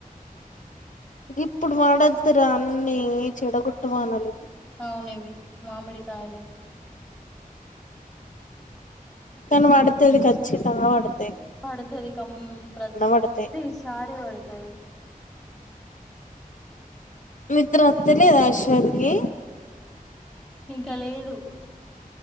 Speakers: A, on the left (about 55°); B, in the centre.
A: ఇప్పుడు పడొద్దు రా అన్ని చెడగట్టవానాల
B: అవును ఇవి మామిడికాయలకి
A: కానీ పడుతది కచ్చితంగా పడుతాది
B: పడుతది కం ప్రతిసారి
A: పడతాయి
B: పడుతాది
A: నిద్ర వత్తలేదా అశ్వద్కి
B: ఇంకా లేదు